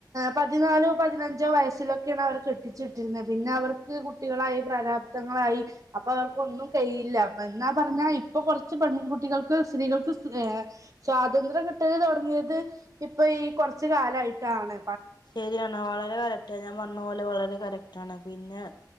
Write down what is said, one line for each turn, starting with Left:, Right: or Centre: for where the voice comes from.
Right: പതിനാലോ പതിനഞ്ചോ വയസ്സിലൊക്കെയാണ് അവരെ കെട്ടിച്ചുവിട്ടിരുന്നത് പിന്നെ അവർക്ക് കുട്ടികളായി പ്രാരാപ്തങ്ങളായി അപ്പൊ അവർക്ക് ഒന്നും കഴയില്ല ന്നാ പറഞ്ഞാ ഇപ്പൊ കുറച്ച് പെൺകുട്ടികൾക്ക് സ്ത്രീകൾക്ക് സ്വാതന്ത്ര്യം കിട്ടി തുടങ്ങിയത് ഇപ്പൊ ഈ കുറച്ച കാലമായിട്ടാണ്
Left: ശരിയാണ് വളരെ കറക്റ്റ് ഞാൻ പറഞ്ഞ പോലെ വളരെ കറക്റ്റ് ആണ് പിന്നെ